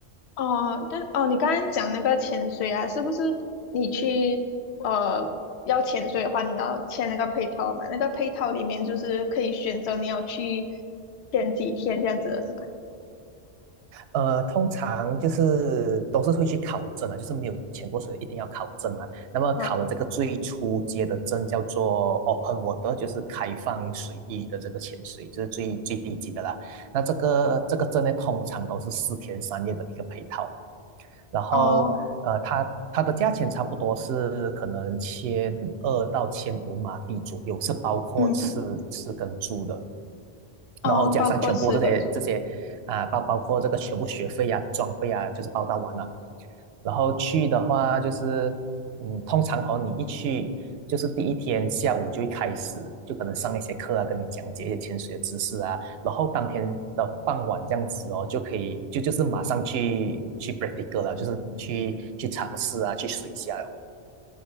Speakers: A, on the left; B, on the right.
A: 哦，但哦，你刚刚讲那个潜水啊，是不是你去呃要潜水的话，你要签那个配套嘛？那个配套里面就是可以选择你要去潜几天这样子的是吗？
B: 呃，通常就是都是会去考证啊，就是没有潜过水一定要考证嘛。那么考了这个最初阶的证叫做
A: 啊，
B: open water，就是开放水域的这个潜水，这、就是最最低级的啦。那这个这个证呢，通常都是四天三夜的一个配套，然后呃，
A: 哦，
B: 它它的价钱差不多是可能千二到千五马币左右，是包括吃吃跟住的。
A: 嗯，哦，
B: 然后加上全部这些这些啊，
A: 包括四个组，
B: 包包括这个全部学费啊、装备啊，就是包到完了。然后去的话，就是嗯，通常和你一去，就是第一天下午就会开始，就可能上一些课啊，跟你讲解一些潜水的知识啊。然后当天的傍晚这样子哦，就可以就就是马上去去 practical 了，就是去去尝试啊，去水下哦，